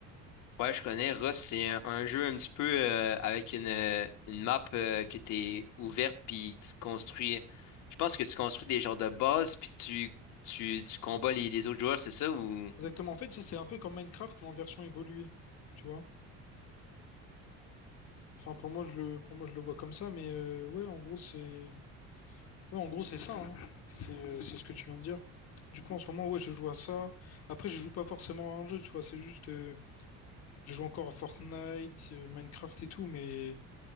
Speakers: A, on the left; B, on the left.
A: Ouais, je connais. Rust, c'est un, un jeu un petit peu euh, avec une, euh, une map euh, que t'es ouverte, puis que tu construis. Je pense que tu construis des genres de bases, puis tu, tu, tu combats les, les autres joueurs, c'est ça? Ou...
B: Exactement. En fait, c'est c'est un peu comme Minecraft, mais en version évoluée, tu vois? Enfin, pour moi, je le, pour moi, je le vois comme ça, mais euh, ouais, en gros, c'est ouais, en gros, c'est ça, hein. C'est euh, c'est ce que tu viens de dire. Du coup, en ce moment, ouais, je joue à ça. Après, je joue pas forcément à un jeu, tu vois, c'est juste... euh, Je joue encore à Fortnite, euh, Minecraft et tout, mais